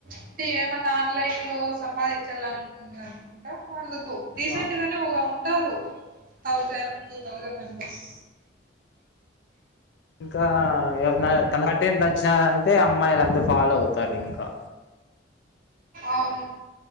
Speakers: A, on the right; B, on the left.
A: అంటే ఏమన్నా ఆన్లైన్ లో సంపాదించన్ అంటా అందుకు రీసెంట్
B: ఆ,
A: గానే ఒగా ఉంటారు దక్కు టూథౌసండ్ రూప్స్
B: ఇంకా ఎవరన్నా తమరంటె నచ్చి అంటే అమ్మాయిలు అంతా ఫాలో అవ్తారు ఇంకా
A: ఆమ్